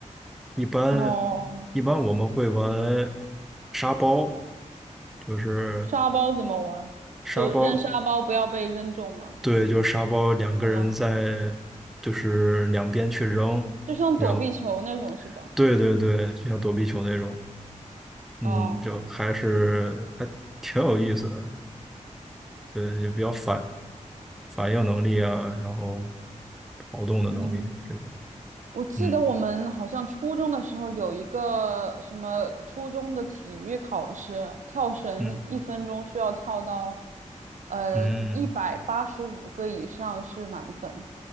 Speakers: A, in the centre; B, on the right.
A: 一般
B: 哦，
A: 一般我们会玩沙包，就是
B: 沙包怎么玩儿？
A: 沙包，
B: 就扔沙包不要被扔中吗？
A: 对，就是沙包，两个人在就是两边去扔。
B: 哦，就像躲避球那种是吧？
A: 扔。对对对，就像躲避球那种，嗯，
B: 哦，
A: 就还是还挺有意思的，对，也比较反反应能力啊，然后跑动的能力啊这种，
B: 嗯。我记得我们好像初中的时候有一个什么初中的体育考试，
A: 嗯
B: 跳绳一分钟需要跳到
A: 嗯
B: 呃一百八十五个以上是满分。
A: 嗯，